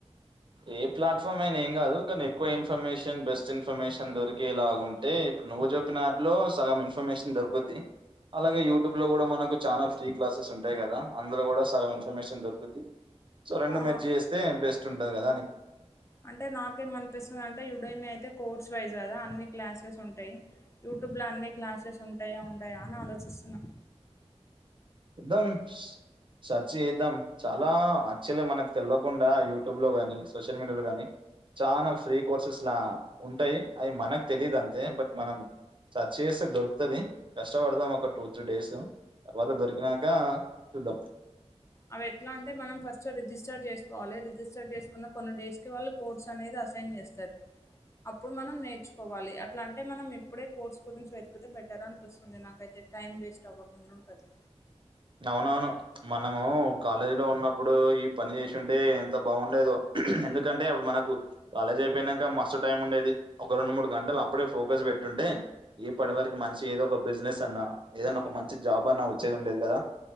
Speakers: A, on the right (about 45°); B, on the left (about 25°).
A: ఏ ప్లాట్ఫామ్ అయినా ఏం కాదు కానీ ఎక్కువ ఇన్ఫర్మేషన్ బెస్ట్ ఇన్ఫర్మేషన్ దొరికే లాగా ఉంటే ఇప్పుడు నువ్వు చొప్పిన యాప్ లో సగం ఇన్ఫర్మేషన్ దొరుకుద్ది అలాగే యూట్యూబ్ లో కూడా మనకు చానా ఫ్రీ క్లాసెస్ ఉంటాయి కదా అందులో కూడా సగం ఇన్ఫర్మేషన్ దొరుకుద్ది సో రెండు
B: ఆ
A: మిక్స్ చేస్తే బెస్ట్ ఉంటది కదా అని
B: అంటే నాకేమనిపిస్తుంది అంటే యుడయమి అయితే కోర్స్ వైజ్ కదా అన్ని క్లాసెస్ ఉంటాయి యూట్యూబ్ల అన్ని క్లాసెస్ ఉంటాయా ఉండయా అని ఆలోచిస్తున్నా
A: ద్దాంస్ సర్చ్ చేద్దాం చాలా యాక్చువల్గా మనకు తెలియకుండా యూట్యూబ్ లో గానీ సోషల్ మీడియాలో గానీ చానా ఫ్రీ కోర్సెస్ లా ఉంటాయి అవి మనకు తెలీదు అంతే బట్ మనం సర్చ్ చేస్తే దొరుకుతది కష్టపడదాం ఒక టూ త్రీ డేసు తర్వాత దొరికినాక చూద్దాం
B: అవేట్లా అంటే మనం ఫస్ట్ రిజిస్టర్ చేసుకోవాలే రిజిస్టర్ చేసుకున్న కొన్ని డేస్కి వాళ్ళు కోర్స్ అనేది అసైన్ చేస్తారు అప్పుడు మనం నేర్చుకోవాలే అట్లా అంటే మనం ఇప్పుడే కోర్స్ గురించి వెతికితే బెటర్ అనిపిస్తుంది నాకైతే టైం వేస్ట్ అవ్వకుండా ఉంటది
A: అవునవును మనము కాలేజీ లో ఉన్నప్పుడు ఈ పని చేసుంటే ఎంత బాగుండేదో ఎందుకంటే అప్పుడు మనకు కాలేజ్ అయిపోయినంక మస్తు టైం ఉండేది ఒక రెండు మూడు గంటలు అప్పుడే ఫోకస్ పెట్టుంటే ఇప్పడి వరకి మంచి ఏదో ఒక బిజినెస్ అన్నా ఏదన్నా ఒక మంచి జాబ్ అన్నా వచ్చేది ఉండేది కదా